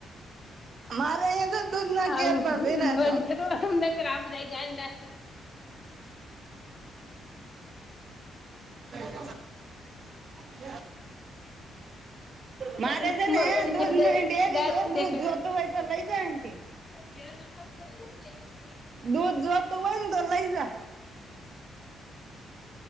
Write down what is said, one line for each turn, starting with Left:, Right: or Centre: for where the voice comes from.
Right: મારે અહીં તો દૂધના
Left: આવું
Right: કેર ભયરા
Left: બંધ
Right: તો <inaudible>
Left: કરવા નકર આ બધાય ગાંડા
Right: <inaudible> હે <inaudible> મારે
Left: વળી
Right: છે ને દૂધની
Left: ગયા બધાય
Right: ડેરી
Left: દાંત
Right: દૂધ
Left: દેખાડે
Right: જોતું હોય તો લઈ જા અહીથી
Left: <inaudible>
Right: દૂધ જોતુ હોયને તો લઈ જા